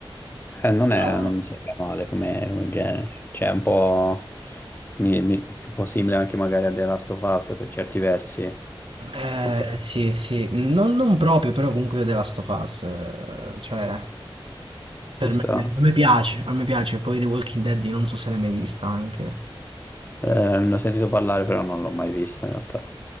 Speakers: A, on the left; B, on the right.
A: non
B: Però,
A: è, non mi sembra male come, come genere, cioè è un po', mi- mi- un po' simile anche magari a The Last of Us per certi versi,
B: Eh,
A: non so se
B: sì, sì, non, non proprio, però comunque io The Last of Us, eh, cioè, per
A: ci sta.
B: me, a me piace, a me piace, poi The Walking Dead io non so se l'hai mai vista anche,
A: Eh, ne ho sentito parlare però non l'ho mai visto in realtà.